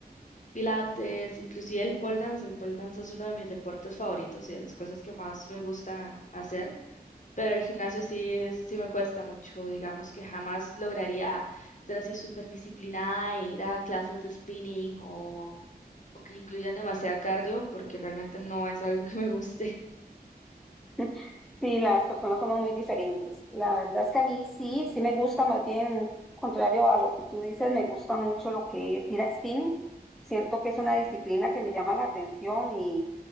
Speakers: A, on the left; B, in the centre.
A: pilates, inclusive el pole dance. El pole dance es uno de mis deportes favoritos y de las cosas que más me gusta hacer. pero el gimnasio sí, sí me cuesta mucho, digamos que jamás lograría ser así súper disciplinada e ir a clases de spinning o, o que incluyan demasiado cardio, porque realmente no es algo que me guste.
B: <laughs> Sí, las personas somos muy diferentes. La verdad es que a mí sí, sí me gusta, más bien, contrario a lo que tú dices, me gusta mucho lo que es ir a spinning. Siento que es una disciplina que me llama la atención y,